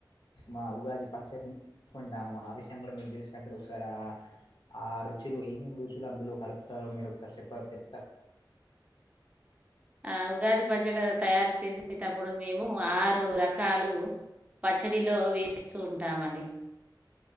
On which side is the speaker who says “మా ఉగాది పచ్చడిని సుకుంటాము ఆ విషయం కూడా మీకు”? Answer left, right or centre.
Left